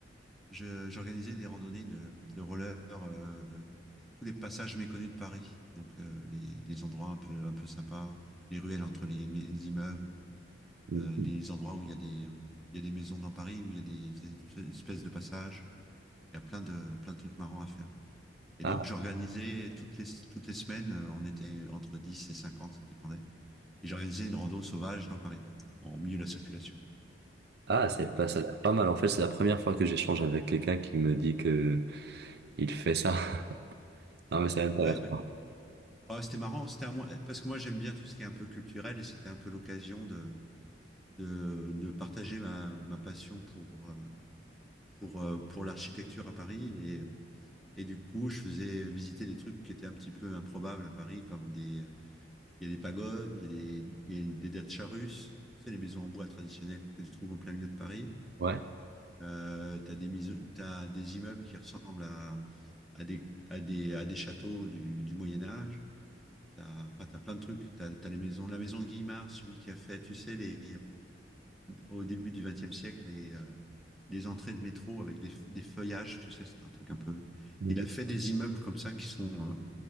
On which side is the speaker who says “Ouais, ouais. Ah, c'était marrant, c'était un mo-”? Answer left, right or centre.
Centre